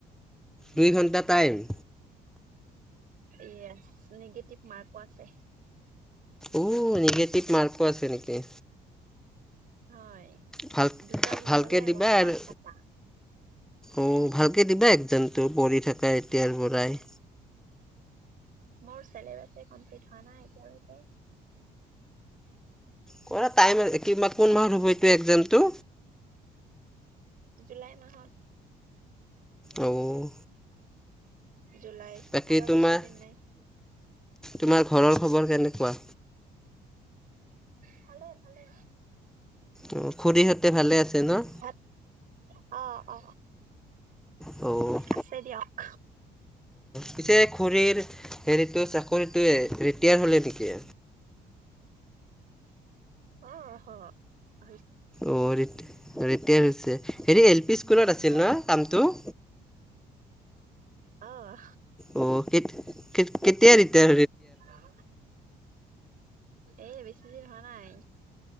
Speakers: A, in the centre; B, on the right.
A: দুই ঘণ্টা টাইম
B: এয়া নিগেটিভ মাৰ্কো আছে
A: অ নিগেটিভ মাৰ্কো আছে নেকি
B: হয়
A: ভাল
B: দুটা ভুল
A: ভালকে
B: হলে
A: দিবা
B: ওৱানমাৰ্ক
A: আৰু
B: কটা
A: অ ভাল দিবা একজতো পৰি থকা তোৰ বৰাই
B: মোৰ চবাছে কমপ্লিট হোৱা নাই এতিয়ালৈকে
A: কৰা টাইমিবা কোন মাহ হ'ব পে' একগ্জামটো
B: জুলাই মাহত
A: অ'
B: জুলাই
A: বাকী
B: আৰু
A: তোমাৰ
B: বেছি দিন নাই
A: তোমাৰ ঘৰৰ খবৰ কেনেকুৱা
B: ভালে ভালে
A: অ খুৰীহঁতে ভালে আছে ন
B: ভাত অ অ
A: অ'
B: আছে দিয়ক
A: পিছে খডুৰীৰ হেৰিটো চাকৰিটোৱে ৰিটায়াৰ হ'লে নেকি
B: অহ
A: অ ৰিটাৰ হৈছে হেৰি এল পি স্কুলত আছিল
B: হ
A: ন কামটো <inaudible>
B: অ
A: অ কে কেতিয়া তেয়া
B: ডঙ এ বেছিদিন হোৱা নাই